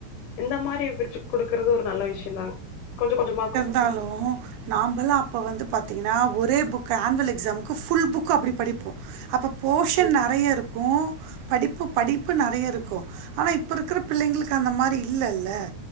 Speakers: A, on the left; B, on the right.
A: இந்த மாறி பிருச்சுக் குடுக்குறது ஒரு நல்ல விஷ் யந்தாங் கொஞ்ச கொஞ்சமா கா
B: நாலூ நாம்பல்லா அப்ப வந்து பாத்திங்கன்னா ஒரே புக்க ஆன்வல் எக்ஸாம்க்கு ஃபுல் புக் கு அப்டி படிப்போ அப்ப போஷன் நறையா இருக்கு படிப்பு படிப்பு நறைய இருக்கு ஆனா இப்ப இருக்குற பிள்ளைங்ளுக்கு அந்த மாறி இல்லல்ல